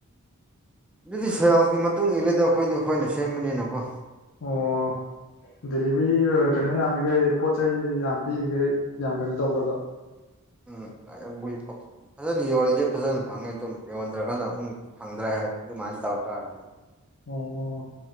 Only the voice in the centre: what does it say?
ꯑꯗꯨꯗꯤ ꯁꯦꯜꯒꯤ ꯃꯇꯨꯡ ꯏꯜꯂꯦꯗ ꯑꯩꯈꯣꯏꯗꯤ ꯑꯩꯈꯣꯏꯅ ꯁꯦꯝꯕꯅꯤꯅꯀꯣ
ꯎꯝ ꯑꯥ ꯕꯨꯏ ꯄꯥꯞ ꯐꯖꯅ ꯌꯣꯜꯂꯤ ꯐꯖꯅ ꯐꯪꯉꯦ ꯑꯗꯨꯝ ꯌꯣꯟꯗ꯭ꯔꯒꯅ ꯑꯗꯨꯝ ꯐꯪꯗ꯭ꯔꯦ ꯑꯗꯨꯃꯥꯏꯅ ꯇꯧ ꯑꯦ